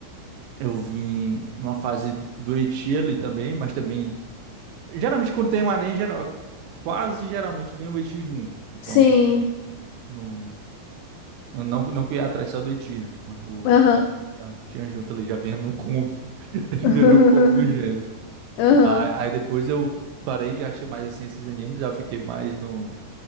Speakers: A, on the right; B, on the left.
A: eu vim numa fase do Eti ali também, mas também geralmente quando tem um Arém, geral, quase geralmente vem o Eti junto. Então,
B: sim,
A: no, não não que eu ia atrás só do Eti, né, mas o
B: aham.
A: ah, tinha junto ali, já vinha num combo, <laughs> já
B: <laughs>
A: vinha num combo do gênero.
B: Aham.
A: Mas, aí depois eu parei de assistir mais assim esses animes, aí eu fiquei mais no,